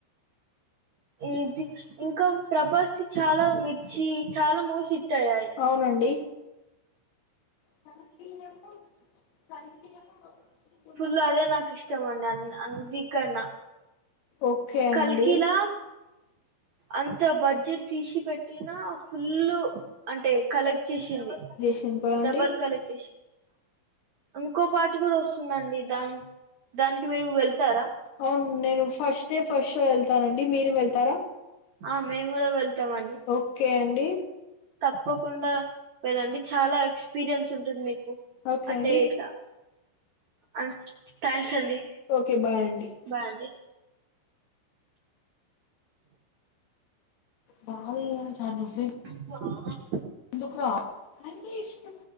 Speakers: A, on the right (about 80°); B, on the left (about 80°).
A: ఇది ఇంకా ప్రభాస్ ది చాలా మిర్చి చాలా మూవీస్ హిట్ అయ్యాయి
B: అవునండి కల్కి ఏమో కల్కి ఏమో చూ
A: ఇప్పుడు అదే నాకు ఇష్టం అండి అన్ని కన్నా
B: ఓకే
A: కల్కిలా
B: అండి
A: అంత బడ్జెట్ తీసి పెట్టినా ఫుల్ అంటే కలెక్ట్ చేసింది
B: చెప్పండి
A: డబల్ కలెక్ట్ ఇంకో పాట కూడా వస్తుందండి దాని దానికి మీరు వెళ్తారా
B: అవును నేను ఫస్ట్ డే ఫషో వెళ్తానండి మీరు వెళ్తారా
A: ఆ మేము కూడా వెళ్తాం అండి
B: ఓకే అండి
A: తప్పకుండా వెళ్ళండి చాలా ఎక్స్పీరియన్స్ ఉంటుంది మీకు
B: ఓకే
A: అంటే
B: అండి
A: ఇట్లా ఆ థ్యాంక్స్ అండి
B: ఓకే బాయ్ అండి
A: బాయ్ అండి
B: వామ్మో చాలా బిజీ
A: ఆ
B: ఎందుకురా అంటే ఇష్టం